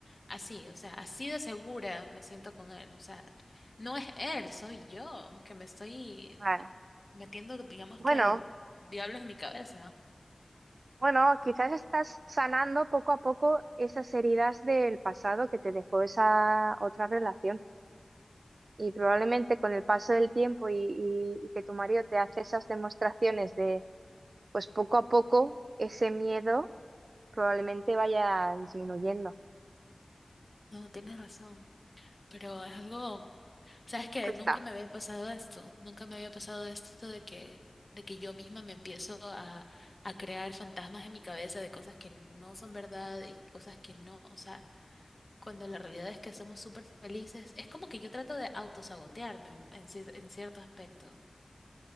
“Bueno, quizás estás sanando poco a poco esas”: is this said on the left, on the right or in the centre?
Right